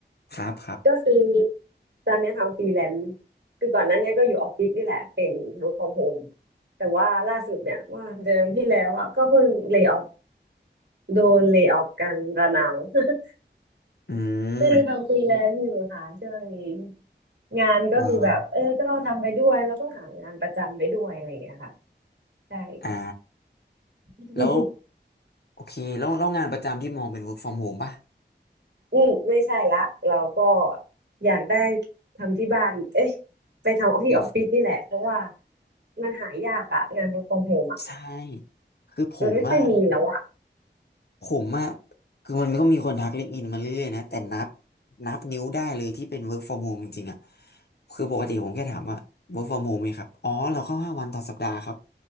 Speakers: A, on the left (about 60°); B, on the right (about 65°).
A: ครับครับ
B: ก็คือตอนเนี้ยทำฟรีแลนซ์คือก่อนหน้าเนี้ยก็อยู่ออฟฟิศนี่แหละเป็น work from home แต่ว่าล่าสุดเนี่ยว่าเดือนที่แล้วอ่ะก็เพิ่งเล y o ออโดนเล y o ออกันระนาว <laughs>
A: อื
B: ก็เลยทำฟรีแลนซ์อยู่ค่ะช่วงนี้
A: ม
B: งานก็คือแบบเออก็ทำไปด้วยแล้วก็หางานประจำไปด้วยอะไรอย่างเงี้ยค่ะ
A: อ่า
B: ใช่
A: อ่า
B: <laughs>
A: แล้วโอเคแล้วแล้วงานประจำที่มองเป็น work from home ป่ะ
B: อืมไม่ใช่ละเราก็อยากได้ทำที่บ้านเอ๊ะไปทำที่ออฟฟิศนี่แหละเพราะว่า
A: เดียว
B: มันหายากอะงาน work from home อะ
A: ใช่คือผมอะ
B: มันไม่ค่อยมีแล้วอะ
A: ผมอะคือมันก็มีคนทักลิงก์อินมาเรื่อยๆนะแต่นับนับนิ้วได้เลยที่เป็น work from home จริงๆอะคือปกติผมแค่ถามว่า work from home ไหมครับอ๋อเราเข้าห้าวันต่อสัปดาห์ครับ